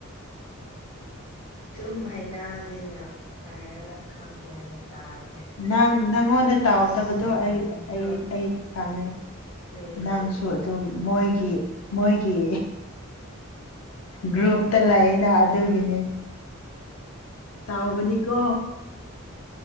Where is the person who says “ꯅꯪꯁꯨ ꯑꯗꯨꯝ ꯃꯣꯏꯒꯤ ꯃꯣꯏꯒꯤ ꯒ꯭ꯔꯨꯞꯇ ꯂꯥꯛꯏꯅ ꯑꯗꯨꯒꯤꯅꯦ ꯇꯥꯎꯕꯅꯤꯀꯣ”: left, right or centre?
Left